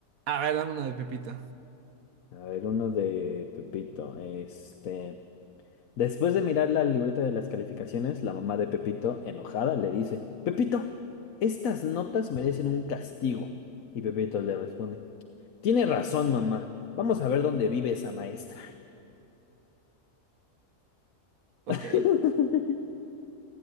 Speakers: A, on the right; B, on the left.
A: A ver, dame uno de Pepito.
B: A ver, uno de Pepito. Este. Después de mirar la libreta de las calificaciones, la mamá de Pepito, enojada, le dice: Pepito, estas notas merecen un castigo. Y Pepito le responde: Tiene razón, mamá. Vamos a ver dónde vive esa maestra.
A: Ok.
B: <laughs>